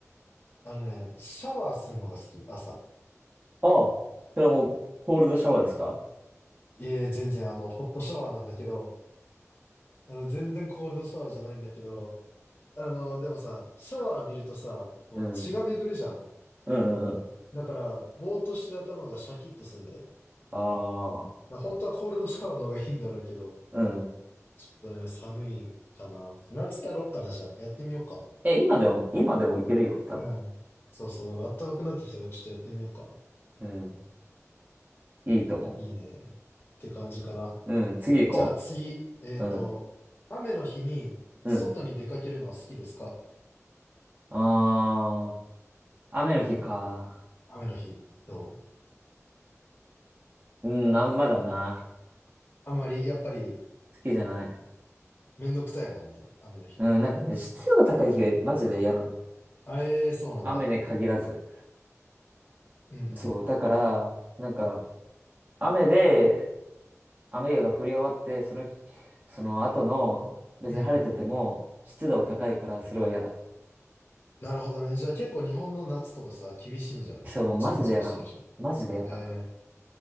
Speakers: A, on the left; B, on the right.
A: あのね、シャワーするのが好き、朝。
B: ああ、それはもう、コールドシャワーですか
A: いやいや、全然、あの、ホットシャワーなんだけど、あの、全然コールドシャワーじゃないんだけど、あの、でもさ、シャワー浴びるとさ、こう、
B: うん。
A: 血が巡るじゃん。
B: うんうんうん。
A: だから、ぼーっとしてる頭がシャキッとすんだよね。だか
B: ああ、
A: ら本当はコールドシャワーの方がいいんだろうけど、
B: うん。
A: ちょっとね、寒いかな。夏やろっかな、じゃあ。やってみようかな。
B: え、今でも、今でもいけるよ、多分。
A: うん。そうそう。だから暖かくなってきたからちょっとやってみようかな。
B: うん。いいと思
A: いいね。って感じかな。
B: う。うん。次行こ
A: じゃあ次、えっと、
B: う。うん。
A: 雨の日に外に出かけるのは好きですか
B: うん。ああ。雨の日か。
A: 雨の日、どう
B: うん、あんまだな。
A: あんまり、やっぱり、
B: 好きじゃない。
A: めんどくさいもんね。雨の日。
B: うん、なんかね、湿度が高い日はマジで嫌なの。
A: あ、ええそうなんだ。
B: 雨で限らず。
A: うんう
B: そう、だから、なんか、雨で、雨が降り終わって、その日、その後の、別に晴れてても、
A: ん。うん。
B: 湿度高いから、それは嫌だ。
A: なるほどね。じゃあ結構日本の夏とかさ、厳しいんじゃないジメジメしてるじゃん。
B: そう、マジで嫌なの。マジで嫌だ。
A: ええ